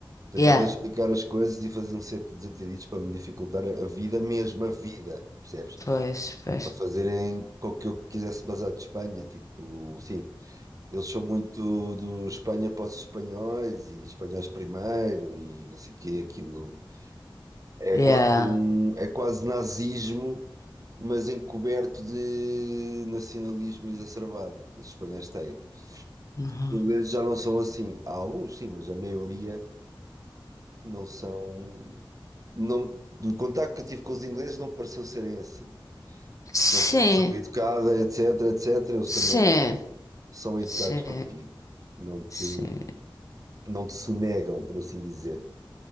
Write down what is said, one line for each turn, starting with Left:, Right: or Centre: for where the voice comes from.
Right: Tentava
Left: Yeah,
Right: explicar as coisas e faziam sempre desentendidos para me dificultar a a vida, mesmo a vida, percebes?
Left: pois, pois.
Right: Para fazerem com que eu quisesse basar de Espanha, tipo, sim. Eles são muito do Espanha para os espanhóis e espanhóis primeiro e não sei o quê, aquilo. É
Left: Yeah.
Right: quase um, é quase nazismo mas encoberto de nacionalismo exacerbado. Os espanhóis têm.
Left: Uhum.
Right: Os ingleses já não são assim. Há alguns, sim, mas a maioria não são. Não, do contacto que eu tive com os ingleses, não pareceu serem assim.
Left: Sim,
Right: Que se for uma pessoa educada, etc, etc, eles
Left: sim,
Right: também são educados
Left: sim,
Right: contigo. Não te,
Left: sim.
Right: não te sonegam, por assim dizer.